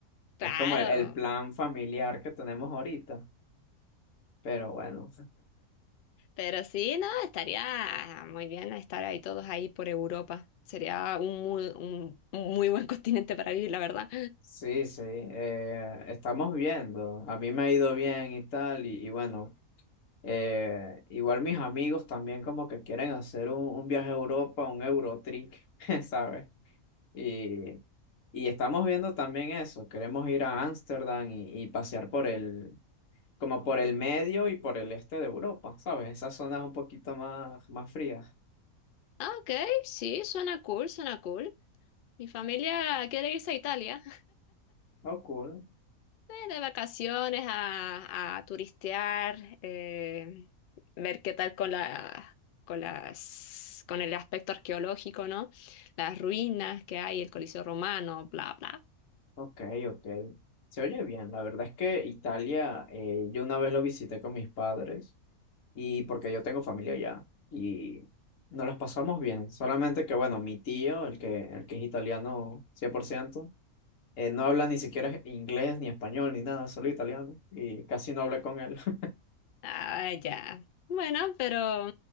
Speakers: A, on the left; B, on the left.
A: Claro,
B: Es como el, el plan familiar que tenemos ahorita, pero bueno,
A: pero sí, no, estaría muy bien estar ahí todos ahí por Europa. Sería un muy, un, un muy buen <laughs> continente para vivir, la verdad.
B: <laughs> sí, sí, eh, estamos viendo. A mí me ha ido bien y tal, y, y bueno, eh, igual mis amigos también como que quieren hacer un, un viaje a Europa, un Eurotrip, <laughs> ¿sabes? Y, y estamos viendo también eso. Queremos ir a Ámsterdam y, y pasear por el, como por el medio y por el este de Europa, ¿sabes? Esas zonas un poquito más, más frías.
A: Ah, ok, sí, suena cool, suena cool. Mi familia quiere irse a Italia.
B: Oh, cool.
A: Eh, De vacaciones a, a turistear, eh, ver qué tal con la, con las, con el aspecto arqueológico, ¿no? Las ruinas que hay, el Coliseo Romano, bla, bla.
B: Ok, ok. Se oye bien. La verdad es que Italia, eh, yo una vez lo visité con mis padres y porque yo tengo familia allá y nos las pasamos bien. Solamente que, bueno, mi tío, el que, el que es italiano cien por ciento eh, no habla ni siquiera inglés, ni español, ni nada, solo italiano. Y casi no hablé con él. <laughs>
A: Ah, ya. Bueno, pero